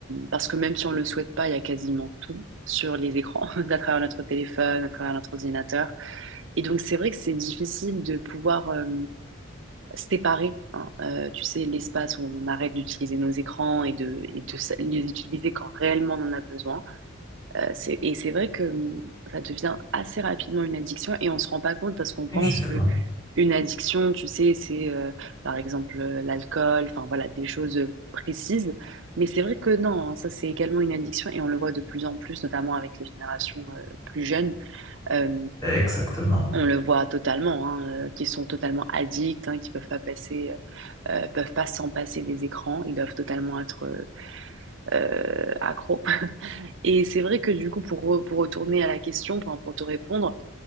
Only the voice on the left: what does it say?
Oui, justement,
exactement.